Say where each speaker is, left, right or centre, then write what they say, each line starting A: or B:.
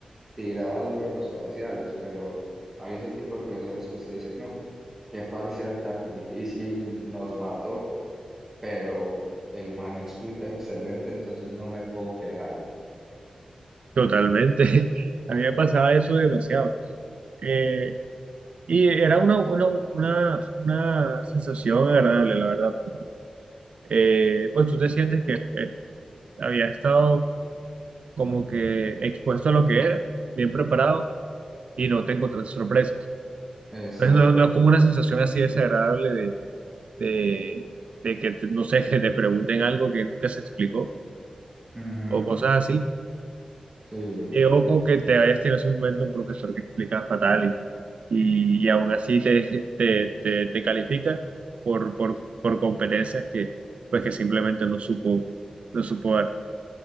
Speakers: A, on the right (about 20°); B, on the right (about 60°).
A: tiraba duro en los parciales, pero hay ese tipo de profesores que usted dice, no, qué parcial tan difícil, nos mató, pero el man explica excelente, entonces no me puedo quejar.
B: Totalmente. <laughs> A mí me pasaba eso demasiado. Eh, y era una, una, una, una sensación agradable, la verdad. porque, eh, pues tú te sientes que eh, habías estado como que expuesto a lo que era, bien preparado, y no te encontraste sorpresas.
A: Exacto.
B: Entonces no, no es como una sensación así desagradable de, de, de que, te- no sé, <laughs> que te pregunten algo que nunca se explicó
A: Ujú.
B: o cosas así,
A: Sí,
B: eh, o, o que te hayas tenido simplemente un profesor que explica fatal y, y, y aún así te, te, te, te califica por, por, por competencias que, pues que simplemente no supo, no supo dar.